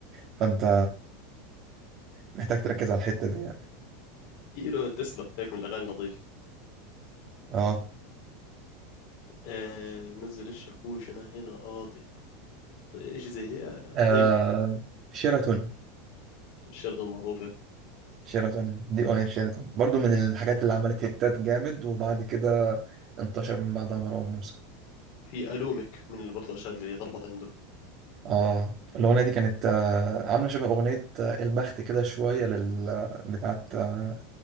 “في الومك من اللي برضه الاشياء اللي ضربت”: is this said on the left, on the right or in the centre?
Left